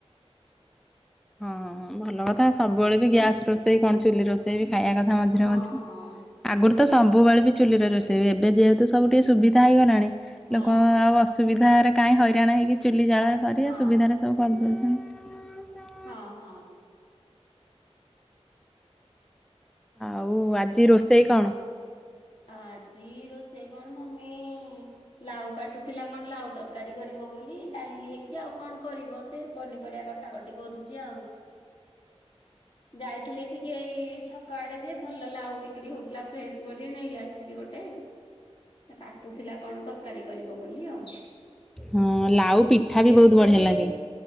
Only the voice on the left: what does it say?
ହଁ
ହଁ।
ହଁ।
ହଁ
ହଁ ହଁ।
ଆଜି ରୋଷେଇ କଣ ମମି ଲାଉ କାଟୁଥିଲା କଣ ଲାଉ ତରକାରୀ କରିବ ବୋଲି ଡାଲି ହେଇକି ଆଉ କଣ କରିବ ସେ ପନିପରିବା କା ଟାକଟି କରୁଚି ଆଉ। ଯାଇଥିଲି ଟିକେ ଏଇ ଏଇ ଛକ ଆଡ଼େ ଯେ ଭଲ ଲାଉ ବିକ୍ରି ହୋଉଥୁଲା ଫ୍ରେଶ୍ ବୋ ଲି ନେଇ ଆସିଥିଲି ଗୋଟେ ସେ କାଟୁଥିଲା କଣ ତରକାରୀ କରିବ ବୋଲି ଆଉ।
ଏପଟେ